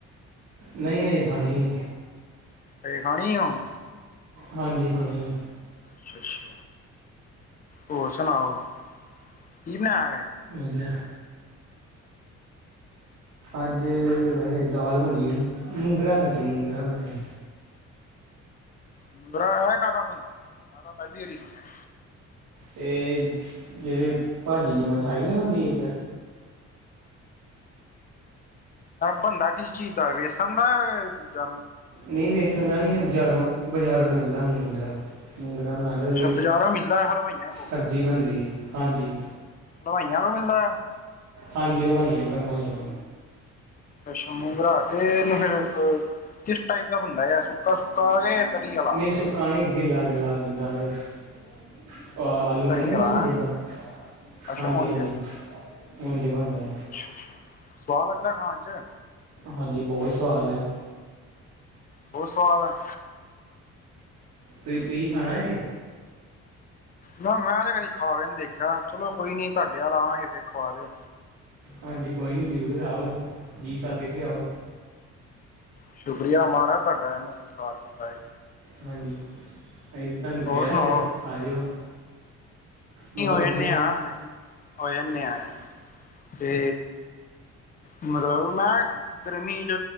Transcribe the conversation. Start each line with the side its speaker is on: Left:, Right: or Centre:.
Right: ਨਹੀਂ ਅਜੇ ਖਾਣੀ ਐ
Left: ਹਜੇ ਖਾਣੀ ਹਾਂ।
Right: ਹਾਂਜੀ ਖਾਣੀ ਹੈ।
Left: ਅੱਛਾ ਅੱਛਾ ਹੋਰ ਸੁਣਾਓ ਕੀ ਬਣਾਇਆ।
Right: ਵਧੀਆ। ਅੱਜ ਵੈਸੇ ਦਾਲ ਬਣੀ ਸੀ, ਮੂੰਗਰਾ ਸੱਚ ਮੂੰਗਰਾ ਬਣਿਆ।
Left: ਮੂੰਗਰਾ ਇਹ ਕਾਹਦਾ ਬੰਦਾ ਮੈਂ ਤਾਂ ਪਹਿਲੀ ਵਾਰੀ ਸੁਣਿਆ।
Right: ਤੇ ਜਿਹੜੇ ਭਾਜੀ 'ਚ ਮਿਠਾਈ ਨਹੀਂ ਹੁੰਦੀ ਇੱਕ।
Left: ਬਣਦਾ ਕਿਸ ਚੀਜ਼ ਦਾ ਵੇਸਣ ਦਾ ਦੂਜਾ।
Right: ਨਹੀਂ ਵੇਸਣ ਦਾ ਨਹੀਂ ਬਜ਼ਾਰੋਂ ਬਜ਼ਾਰੋਂ ਮਿਲਦਾ ਮੂੰਗਰਾ। ਮੂੰਗਰਾ ਬਣਾ ਦੋ ਓਦੀ
Left: ਅੱਛਾ ਬਾਜ਼ਾਰੋਂ ਮਿਲਦਾ ਹਲਵਾਈਆਂ ਕੋਲ
Right: ਸਬਜ਼ੀ ਬਣਦੀ ਹਾਂਜੀ।
Left: ਹਲਵਾਈਆਂ ਤੋਂ ਮਿਲਦਾ।
Right: ਹਾਂਜੀ ਹਲਵਾਈਆਂ ਕੋਲੋਂ ਹਲਵਾਈਆਂ।
Left: ਅੱਛਾ ਮੂੰਗਰਾ ਕੇ ਇਹਨੂੰ ਫੇਰ ਕਿਸ ਟਾਈਪ ਦਾ ਬਣਦਾ ਆ ਸੁੱਕਾ ਸੁੱਕਾ ਕੇ। ਤਰੀ ਵਾਲਾ
Right: ਨਹੀਂ ਸੁੱਕਾ ਨਹੀਂ ਗਿੱਲਾ ਗਿੱਲਾ ਜਿਦਾਂ। ਅ ਆਲੂ ਮਟਰ
Left: ਤਰੀ
Right: ਨਹੀਂ
Left: ਵਾਲਾ
Right: ਬਣਦੇ ਜਿੱਦਾਂ
Left: ਹੈਂ ਅੱਛਾ
Right: ਹਾਂਜੀ
Left: ਉੰਝ
Right: ਹਾਂਜੀ। ਉਂਝ ਹੀ ਬਣਦਾ ਹੈ।
Left: ਅੱਛਾ ਅੱਛਾ ਸਵਾਦ ਲੱਗਦਾ ਖਾਣ 'ਚ।
Right: ਹਾਂਜੀ ਬਹੁਤ ਸਵਾਦ ਹੈ।
Left: ਬਹੁਤ ਸਵਾਦ ਹੈ।
Right: ਤੁਸੀ ਤੁੂੰਹੀ ਖਾਣਾ ਜੇ।
Left: ਨਾ ਮੈਂ ਤਾਂ ਕਦੀ ਖਾ ਕੇ ਨਹੀਂ ਦੇਖਿਆ ਚਲੋ ਕੋਈ ਨੀ ਤੁਹਾਡੇ ਵੱਲ ਆਵਾਂਗੇ। ਫਿਰ ਖਵਾ ਦਿਓ।
Right: ਹਾਂਜੀ ਕੋਈ ਨੀ ਜ਼ਰੂਰ ਆਓ ਜੀ ਸੱਦ ਕੇ ਆਓ।
Left: ਸ਼ੁਕਰੀਆ ਮਹਾਰਾਜ ਤੁਹਾਡਾ ਇਹਨਾ ਸਤਿਕਾਰ ਕੀਤਾ ਹੈ।
Right: ਹਾਂਜੀ ਅਸੀਂ ਤੇ ਤੁਹਾਨੂੰ ਕਿਹਾ
Left: ਹੋਰ ਸੁਣਾਓ
Right: ਹੀ ਆ ਆ ਜਾਓ। ਬਹੁਤ
Left: ਨਹੀਂ ਹੋ
Right: ਵਧੀਆ
Left: ਜਾਂਦੇ ਹਾਂ ਹੋ ਜਾਂਦੇ ਹਾਂ ਤੇ। ਮਤਲਬ ਮੈਂ ਗਰਮੀ 'ਚ